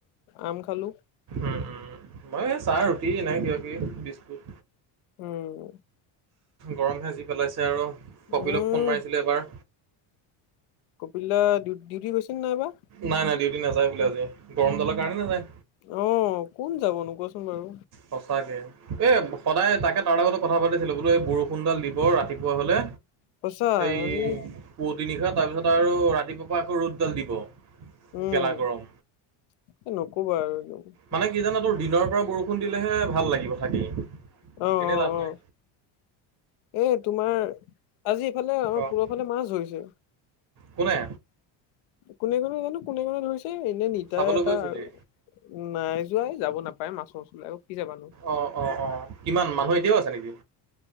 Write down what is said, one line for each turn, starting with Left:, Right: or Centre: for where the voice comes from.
Left: আম খালোঁ
Right: উম', উম' মই চাহ ৰুটি নাই, কিবা কিবি বিস্কুট
Left: উম'
Right: গৰম হে যি পেলাইছে আৰু, কপিলক
Left: উম,
Right: ফোন মাৰিছিলোঁ এবাৰ।
Left: কপিল দা ডিউ ডিউটি গৈছে নে নাইবা?
Right: নাই নাই ডিউটি নাযায় বোলে আজি গৰম ডালৰ কাৰণে নাযায়।
Left: অ', কোন যাবনো কোৱাচোন বাৰু?
Right: সঁচাকে এ, সদায় তাকে তাৰ লগত কথা পাতিছিলো বোলো এই বৰষুণডাল দি ব ৰাতিপুৱা হ'লে
Left: সঁচা
Right: এই
Left: আজি
Right: পুৱতি নিশাত, তাৰপিছত আৰু ৰাতিপুৱা আকৌ ৰ'দডাল দিব।
Left: উম,
Right: গেলা গৰম।
Left: এ, নকবা আৰু এ <unintelligible>
Right: মানে কি জান তোৰ দিনৰ পৰা বৰষুণ দিলেহে ভাল লাগিব থাকি।
Left: অ, অ,
Right: এনেই লাভ
Left: অ,
Right: নাই।
Left: এ, তোমাৰ আজি এইফালে আমাৰ
Right: অ'
Left: পুলৰফালে মাছ ধৰিছে।
Right: কোনে
Left: কোনে কোনে জানো কোনে কোনে ধৰিছে এনে নিতা
Right: চাবলৈ
Left: এটা
Right: গৈছিলি?
Left: আৰু নাই যোৱা যাব নাপায় মাছৰ ওচৰলে আকৌ কি যাবানো।
Right: অ' অ' অ' কিমান মানুহ এতিয়াও আছে নেকি?